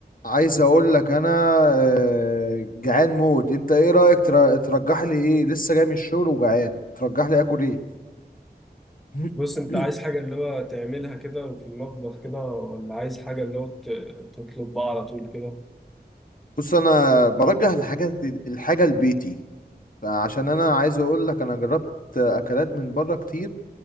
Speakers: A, on the left; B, in the centre.
A: عايز اقول لك انا آه، جعان موت انت ايه رايك تر- ترجح لي ايه لسه جاي من الشغل وجعان ترجح لي اكل ايه <clears throat>
B: بص انت عايز حاجة اللي هو تعملها كده في المطبخ كده ولا عايز حاجة اللي هو ت- تطلب بقى على طول كده
A: بص انا برجح الحاجات الحاجه البيتي عشان انا عايز اقول لك انا جربت اكلات من بره كتير